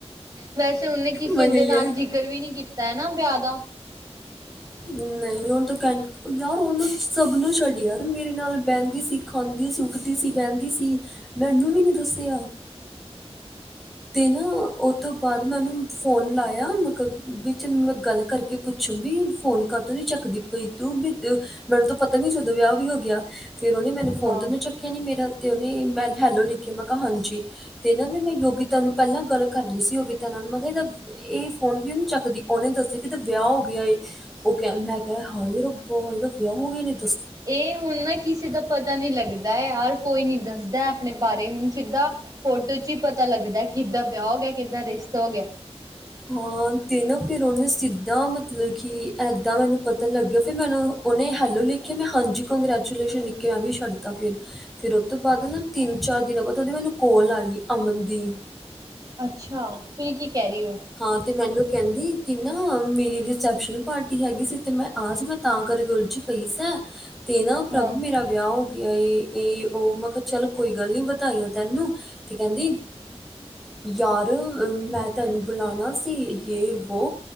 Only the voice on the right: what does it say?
ਵੈਸੇ ਉਹਨੇ ਕਿਸੇ
ਦੇ
ਨਾਲ ਜਿ ਕਰ ਵੀ ਨੀ ਕੀਤਾ ਹੈ ਨਾ ਵਿਆਹ ਦਾ
ਹਾਂ
ਇਹ ਹੁਣ ਨਾ ਕਿਸੇ ਦਾ ਪ ਪਤਾ ਨੀ ਲੱਗਦਾ ਯਾਰ ਕੋਈ ਨੀ ਦੱਸਦਾ ਆਪਣੇ ਬਾਰੇ ਹੁਣ ਸਿੱਧਾ ਫੋਟੋ ਚ ਹੀ ਪਤਾ ਲੱਗਦਾ। ਕਿੱਦਾਂ ਵਿਆਹ ਹੋ ਗਿਆ, ਕਿੱਦਾਂ ਰਿਸ਼ਤਾ ਹੋ ਗਿਆ।
ਅੱਛਾ ਫਿਰ ਕੀ ਕਹਿ ਰਹੀ ਓ
ਹਾਂ,